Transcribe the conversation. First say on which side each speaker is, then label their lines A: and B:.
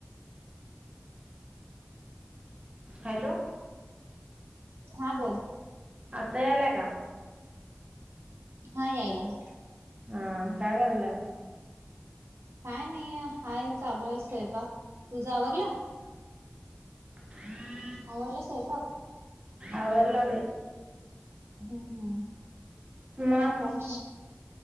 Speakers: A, on the right (about 25°); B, on the right (about 80°).
A: हॅलो
B: हा बोल
A: आता येतं आहे का?
B: हा, येतं आहे
A: हा, काय करत आहे?
B: काय नाही, आहे चालू आहे, स्वयंपाक तुझ आवरल
A: हम्
B: आवरला स्वयंपाक?
A: आवरला बाई
B: हम्म हम्म
A: मग
B: का फोन